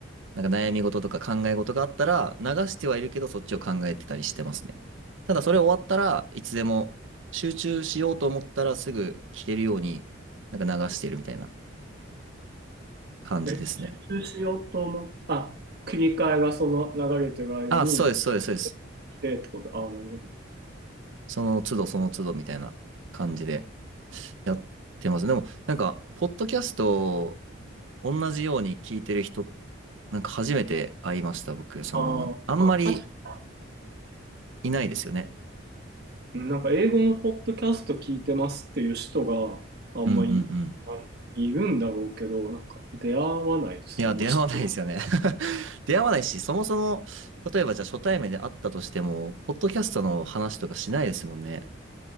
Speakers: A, on the right (about 70°); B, on the right (about 50°).
A: なんか悩み事とか考え事があったら流してはいるけどそっちを考えてたりしてますね。ただそれ終わったらいつでも集中しようと思ったらすぐ聞けるようになんか流してるみたいな感じですね。
B: え、復習しようと思っあ、切り替えがその流れてる間に
A: あ、そうです、そうです、そうです。
B: 来てってこと。ああ、なるほど。
A: その都度その都度みたいな感じでやってます。でもなんかポッドキャストを同じように聞いてる人なんか初めて会いました、僕。その、
B: ああ、
A: あんまり
B: まあ、確か
A: いないですよね。
B: に、なんか英語のポッドキャスト聞いてますっていう人があんまりいない、
A: うんうんうん。
B: いるんだろうけど、なんか出会わないですよね。
A: いや、出会わないですよね。
B: まあ、一人
A: <laughs> 出会わないし、そもそも、例えばじゃあ初対面で会ったとしても、ポッドキャストの話とかしないですもんね。